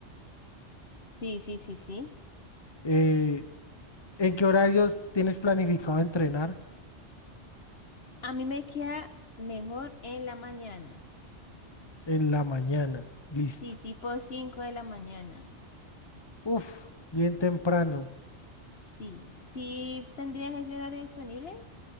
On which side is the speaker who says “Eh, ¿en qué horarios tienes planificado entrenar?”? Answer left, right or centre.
Left